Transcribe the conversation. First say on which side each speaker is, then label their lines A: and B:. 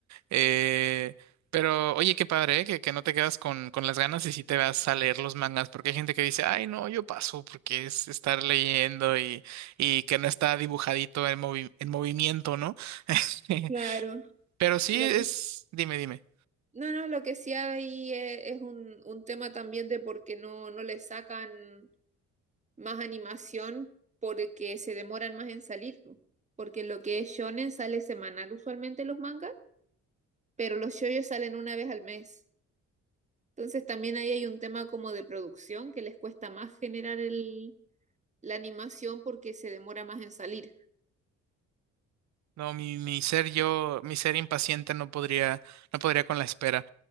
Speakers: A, on the right; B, on the right.
A: Eh, pero, oye, qué padre, ¿eh? Que, que no te quedas con, con las ganas y si te vas a leer los mangas, porque hay gente que dice, ay, no, yo paso, porque es estar leyendo y, y que no está dibujadito en movi- en movimiento, ¿no? <laughs>
B: Claro.
A: Pero sí
B: Lo
A: es,
B: que
A: dime, dime.
B: No, no, lo que sí hay e- es un, un tema también de por qué no, no le sacan más animación porque se demoran más en salir. po. Porque lo que es shonen sale semanal usualmente los mangas, pero los shoyos salen una vez al mes. Entonces también ahí hay un tema como de producción que les cuesta más generar el, la animación porque se demora más en salir.
A: No, mi, mi ser yo, mi ser impaciente no podría, no podría con la espera.